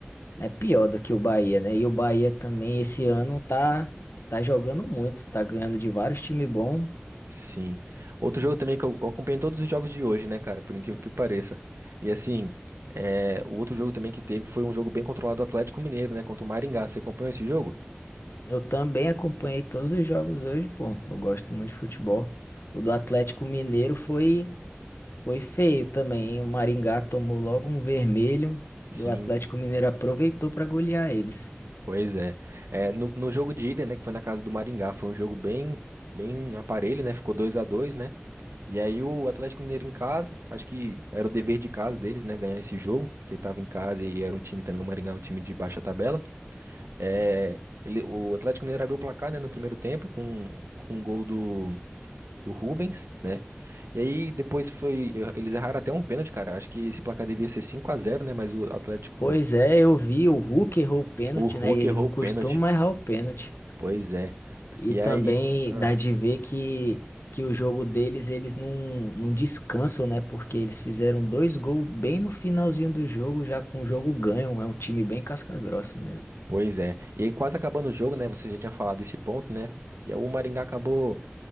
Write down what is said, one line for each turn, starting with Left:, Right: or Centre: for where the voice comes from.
Left: é pior do que o Bahia, né? E o Bahia também esse ano tá tá jogando muito, tá ganhando de vários times bons.
Right: Sim. Outro jogo também que eu, eu acompanhei todos os jogos de hoje, né, cara? Por incrível que pareça. E assim, é, o outro jogo também que teve foi um jogo bem controlado do Atlético Mineiro, né? Contra o Maringá. Você acompanhou esse jogo?
Left: Eu também acompanhei todos os jogos hoje, pô. Eu gosto muito de futebol. O do Atlético Mineiro foi Foi feio também, hein? O Maringá tomou logo um vermelho
Right: Sim,
Left: e o Atlético Mineiro aproveitou para golear eles.
Right: pois é. É, no, no jogo de ida, né? Que foi na casa do Maringá, foi um jogo bem, bem aparelho, né? Ficou 2 a 2, né? E aí o Atlético Mineiro em casa, acho que era o dever de casa deles, né? Ganhar esse jogo, porque estava em casa e era um time também, o Maringá, é um time de baixa tabela. É, ele- o Atlético Mineiro abriu o placar, né, no primeiro tempo com, com um gol do, do Rubens. E aí depois foi. Eles erraram até um pênalti, cara. Acho que esse placar devia ser cinco a zero, né? Mas o Atlético.
Left: Pois é, eu vi, o Hulk errou o pênalti,
Right: O Hulk
Left: né? E ele
Right: errou
Left: não
Right: o
Left: costuma
Right: pênalti.
Left: errar o pênalti.
Right: Pois é.
Left: E
Right: E
Left: também
Right: aí. ah,
Left: dá de ver que, que o jogo deles, eles não, não descansam, né? Porque eles fizeram dois gols bem no finalzinho do jogo, já com o jogo ganho. É um time bem casca-grossa mesmo.
Right: pois é. E aí quase acabando o jogo, né? Você já tinha falado desse ponto, né? E aí o Maringá acabou,